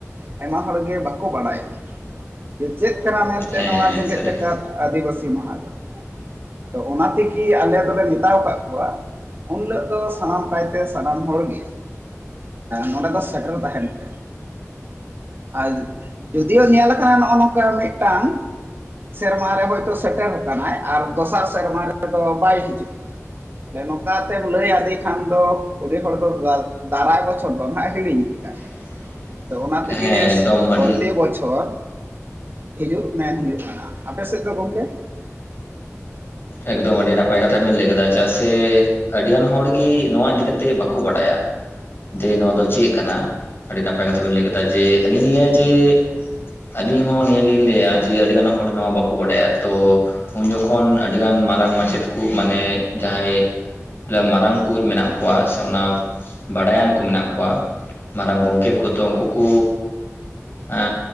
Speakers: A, on the right (about 40°); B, on the left (about 45°).
A: ᱟᱭᱢᱟ ᱦᱚᱲ ᱜᱮ ᱵᱟᱠᱚ ᱵᱟᱰᱟᱭᱟ᱾ ᱪᱮᱫ ᱠᱟᱱᱟ ᱢᱮᱱᱛᱮ
B: ᱦᱮᱸ
A: ᱱᱚᱣᱟ ᱡᱮᱜᱮᱛ
B: ᱦᱮᱸ ᱥᱟᱹᱨᱤ
A: ᱡᱟᱠᱟᱛ ᱟᱹᱫᱤᱵᱟᱹᱥᱤ ᱢᱟᱦᱟ ᱫᱚ᱾ ᱟᱫᱚ ᱚᱱᱟ ᱛᱮᱜᱮ ᱟᱞᱮ ᱫᱚᱞᱮ ᱢᱮᱛᱟᱣ ᱠᱟᱜ ᱠᱚᱣᱟ ᱩᱱ ᱦᱤᱞᱳᱜ ᱫᱚ ᱥᱟᱱᱟᱢ ᱠᱟᱭᱛᱮ ᱥᱟᱱᱟᱢ ᱦᱚᱲ ᱜᱮ, ᱱᱚᱰᱮ ᱫᱚ ᱥᱮᱴᱮᱨ ᱛᱟᱦᱮᱱ ᱯᱮ᱾ ᱟᱨ ᱡᱩᱫᱤᱭᱳ ᱧᱮᱞ ᱟᱠᱟᱱᱟ ᱱᱚᱜᱼᱚ ᱱᱚᱝᱠᱟ ᱢᱤᱫᱴᱟᱝ ᱥᱮᱨᱢᱟᱨ ᱨᱮ ᱦᱳᱭᱛᱳ ᱥᱮᱴᱮᱨ ᱠᱟᱱᱟᱭ ᱟᱨ ᱫᱚᱥᱟᱨ ᱥᱮᱨᱢᱟ ᱨᱮᱫᱚ ᱵᱟᱭ ᱦᱤᱡᱩᱜ ᱠᱟᱱᱟ᱾ ᱛᱟᱦᱚᱞᱮ ᱱᱚᱝᱠᱟᱛᱮᱢ ᱞᱟᱹᱭ ᱟᱫᱮ ᱠᱷᱟᱱ ᱫᱚ ᱟᱹᱰᱤ ᱦᱚᱲ ᱫᱚ ᱫᱟᱨᱟᱭ ᱵᱚᱪᱷᱚᱨ ᱫᱚ ᱱᱟᱜ ᱦᱤᱲᱤᱧ ᱠᱮᱫᱟᱭ᱾
B: <unintelligible>
A: ᱛᱚ ᱚᱱᱟ ᱛᱮᱜᱮ
B: ᱦᱮᱸ ᱮᱠᱫᱚᱢ ᱟᱹᱰᱤ
A: ᱯᱨᱚᱛᱤ ᱵᱚᱪᱷᱚᱨ ᱦᱤᱡᱩᱜ ᱢᱮᱱ ᱦᱩᱭᱩᱜ ᱠᱟᱱᱟ᱾ ᱟᱯᱮ ᱥᱮᱫ ᱫᱚ ᱜᱚᱝᱠᱮ?
B: ᱮᱠᱫᱚᱢ ᱟᱹᱰᱤ ᱱᱟᱯᱟᱭ ᱠᱟᱛᱷᱟ ᱵᱮᱱ ᱞᱟᱹᱭ ᱠᱮᱫᱟ ᱪᱮᱫᱟᱜ ᱥᱮ ᱟᱹᱰᱤᱜᱟᱱ ᱦᱚᱲᱜᱤ ᱱᱚᱣᱟ ᱤᱫᱤ ᱠᱟᱛᱮᱫ ᱵᱟᱠᱚ ᱵᱟᱰᱟᱭᱟ᱾ ᱫᱮ ᱱᱚᱣᱟ ᱫᱚ ᱪᱮᱫ ᱠᱟᱱᱟ ᱟᱹᱰᱤ ᱱᱟᱯᱟᱭ ᱠᱟᱛᱷᱟ ᱵᱮᱱ ᱞᱟᱹᱭ ᱠᱮᱫᱟ ᱡᱮ ᱟᱹᱞᱤᱧ ᱞᱟᱹᱭᱟ ᱡᱮ ᱟᱞᱤᱧ ᱦᱚᱸ ᱱᱤᱭᱟᱹᱜᱮᱞᱤᱧ ᱞᱟᱹᱭᱟ ᱡᱮ ᱟᱹᱰᱤ ᱜᱟᱱ ᱦᱚᱲ ᱱᱚᱣᱟ ᱵᱟᱠᱚ ᱵᱟᱰᱟᱭᱟ ᱛᱚ ᱩᱱ ᱡᱚᱠᱷᱚᱱ ᱟᱹᱰᱤᱜᱟᱱ ᱢᱟᱨᱟᱝ ᱢᱟᱪᱮᱫ ᱠᱚ ᱢᱟᱱᱮ ᱡᱟᱦᱟᱸᱭ ᱢᱟᱨᱟᱝ ᱠᱚ ᱢᱮᱱᱟᱜ ᱠᱚᱣᱟ ᱥᱮ ᱚᱱᱟ ᱵᱟᱰᱟᱭᱟᱱ ᱠᱚ ᱢᱮᱱᱟᱜ ᱠᱚᱣᱟ ᱢᱟᱨᱟᱝ ᱜᱚᱝᱠᱮ ᱠᱚ ᱛᱚ ᱩᱱᱠᱩ ᱠᱚ ᱮ